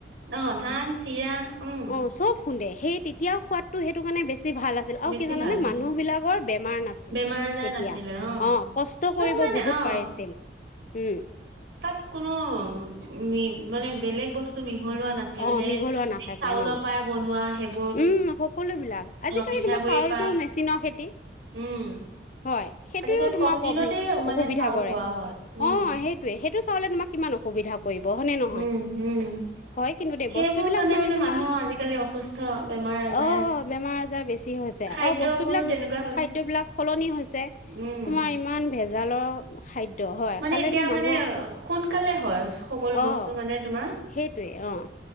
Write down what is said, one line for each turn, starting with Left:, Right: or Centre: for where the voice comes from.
Right: অ', ধান, চিৰা উম।
Left: অ চব খুন্দে সেই তেতিয়াৰ সোৱাদ তো সেইটো কাৰণে বে বেছি ভাল আছিল আৰু
Right: বেছি
Left: কি জানানে
Right: ভাল বেছি
Left: মানুহবিলাকৰ বেমাৰ নাছিল
Right: বেমাৰ আজাৰ
Left: তেতিয়া,
Right: নাছিলে
Left: অ', কষ্ট
Right: চব
Left: কৰিব
Right: মানে
Left: বহুত
Right: অ'
Left: পাৰিছিল। উম।
Right: তাত কোনো মি মানে বেলেগ বস্তু <inaudible> মিহলোৱা নাছিল
Left: অ
Right: সেই
Left: মিহলোৱা নাথাকে
Right: যি চাউলৰ
Left: অ
Right: পৰাই বনোৱা সেইব
Left: উম সকলো বিলাক আজিকালি
Right: পিঠাগুৰি
Left: তোমাৰ চাউলটো
Right: পা
Left: মেচিনৰ খেতি।
Right: উম
Left: হয় সেইটোৱেও
Right: আজিকালি
Left: তোমাৰ
Right: কম দিনতে
Left: প্ৰব্লেম
Right: মানে
Left: অসুবিধা
Right: চাউল
Left: কৰে
Right: হোৱা হয় উম।
Left: অ সেইটোয়ে সেইটো চাউলে তোমাক কিমান অসুবিধা কৰিব হয়নে নহয়?
Right: উম, উম,
Left: হয় কিন্তু দেই
Right: সেইবোৰ
Left: বস্তুবিলাক
Right: কাৰণে মানে
Left: তোমাৰ
Right: মানুহৰ আজিকালি অসুস্থ। বেমাৰ আজাৰ।
Left: অ', বেমাৰ আজাৰ বেছি হৈছে
Right: খাদ্যবোৰ
Left: আৰু বস্তুবিলাক
Right: তেনেকুৱা হৈ গৈছে,
Left: খাদ্য বিলাক সলনি হৈছে
Right: উম।
Left: তোমাৰ ইমান ভেজালৰ খাদ্য হয়,
Right: মানে
Left: খালেনো
Right: এতিয়া
Left: মানুহক
Right: মানে
Left: ক'ত
Right: সোনকালে হয়। সকলো
Left: অ',
Right: বস্তু মানে তোমাৰ
Left: সেইটোৱে অ',